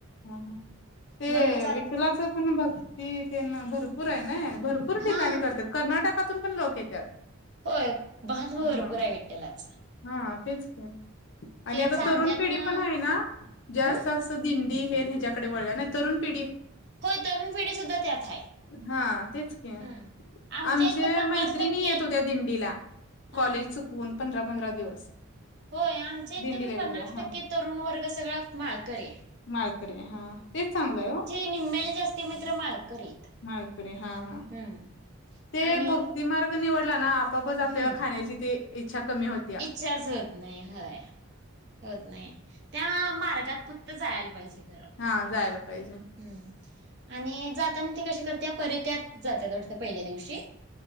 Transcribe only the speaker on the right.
मग जात
हा
होय महात्मा
भरपूर आहे विठ्ठलाच
चांद्यात
ना
हम्
होय तरुण पिढी सुद्धा त्यात आहे,
हम्
इथं पन्नास
टक्के
हा
होय आमच्या इथे
मी
पन्नास
टक्के तरुण वर्ग सगळा माळकरि आहे
निमेल जास्ती मित्र माळ करीत.
हम्म
आणि
हम्म
इच्छाच होत नाही होय होत नाही त्या मार्गात फक्त जायला पाहिजे खरं
हम्म आणि जाताना ते कसे करते परित्यात जाते वाटत पहिल्या दिवशी